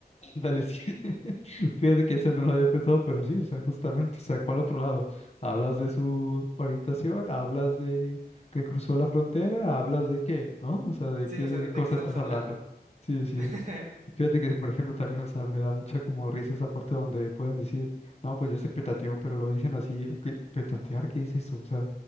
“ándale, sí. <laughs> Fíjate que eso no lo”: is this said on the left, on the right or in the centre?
Left